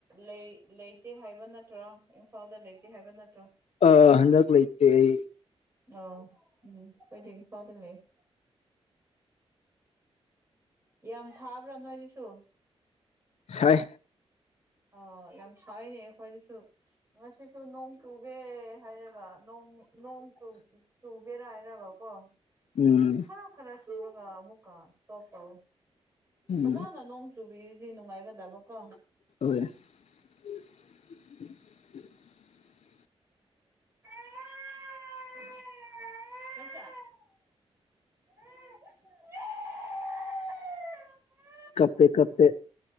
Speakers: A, on the right (about 25°); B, on the left (about 80°).
A: ꯂꯩ ꯂꯩꯇꯦ ꯍꯥꯏꯕ ꯅꯠꯇ꯭ꯔꯣ ꯏꯝꯐꯥꯜꯗ ꯂꯩꯇꯦ ꯍꯥꯏꯕ ꯅꯠꯇ꯭ꯔꯣ
B: ꯑ ꯍꯟꯗꯛ ꯂꯩꯇꯦ ꯑꯩ
A: ꯑꯣ ꯎꯝ ꯢꯝꯐꯜꯗ ꯂꯩꯌꯦ ꯌꯥꯝ ꯁꯥꯕ꯭ꯔꯥ ꯅꯣꯏꯗꯨꯁꯨ
B: ꯁꯥꯢ
A: ꯑꯣ ꯌꯥꯝ ꯁꯅꯦꯈꯣꯏꯗꯨꯁꯨ ꯉꯁꯤꯁꯨ ꯅꯣꯡ ꯆꯨꯒꯦ ꯍꯥꯏꯔꯒ ꯅꯣꯡ ꯅꯣꯡ ꯆꯨꯒꯦꯔꯥ ꯍꯥꯏꯔꯒ ꯀꯣ
B: ꯎꯝ
A: ꯈꯔ ꯈꯔ ꯆꯨꯔꯒ ꯑꯃꯨꯀ ꯁꯦꯞ ꯇꯧꯑꯦ
B: ꯎꯝ
A: ꯐꯖꯅ ꯅꯣꯡ ꯆꯨꯕꯤꯔꯗꯤ ꯅꯨꯡꯉꯥꯏꯒꯗꯕ ꯀꯣ
B: <unintelligible> <unintelligible>
A: <unintelligible> <unintelligible>
B: ꯀꯞꯦ ꯀꯞꯦ